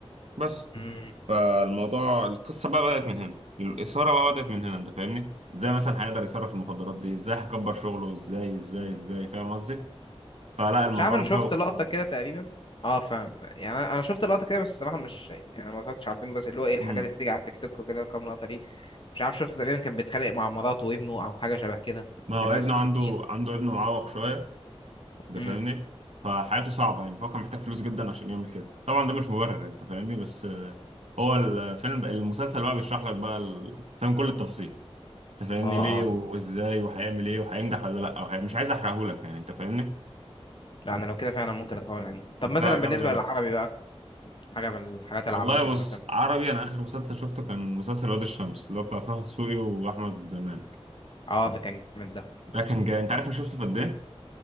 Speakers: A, on the right; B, on the left.
A: بس
B: امم
A: فالموضوع القصه بقى بدات من هنا الاثاره بقى بدات من هنا انت فاهمني ازاي مثلا هيقدر يصرف المخدرات دي ازاي هيكبر شغله ازاي ازاي ازاي فاهم قصدي فلا الموضوع
B: مش عارف انا
A: مشوق
B: شفت
A: الصراحه
B: لقطة كده تقريبا اه فاهم يعني انا أنا شفت لقطة كده بس الصراحة مش يعني ما اتفرجتش على الفيلم بس اللي هو ايه الحاجات
A: امم
B: اللي بتيجي على التيك توك وكده كام لقطة دي مش عارف شفت تقريبا كان بيتخانق مع مراته وابنه او حاجة شبه كده
A: ما
B: كان
A: هو ابنه
B: ماسك
A: عنده
B: سكين
A: عنده ابنه معوق شويه ده
B: امم
A: فاهمني فحياته صعبة يعني فهو كان محتاج فلوس جدا عشان يعمل كده طبعا ده مش مبرر يعني، انت فاهمني بس آه، هو الفيلم المسلسل بقى بيشرح لك بقى ال- فاهم كل التفاصيل انت فاهمني
B: اه
A: ليه
B: اه
A: وازاي وهيعمل ايه وهينجح ولا لا وهي... مش عايز احرقهولك يعني انت فاهمني
B: لا انا لو كده فعلا ممكن اتفرج عليه طب مثلا
A: لا جامد
B: بالنسبة
A: قوي
B: للعربي بقى حاجة من الحاجات
A: والله
B: العربي كده
A: بص
B: مثلا
A: عربي انا اخر مسلسل شفته كان مسلسل واد الشمس اللي هو بتاع طه دسوقي واحمد مالك
B: اه ده كان جامد ده
A: ده كان جاي انت عارف انا شفته في قد ايه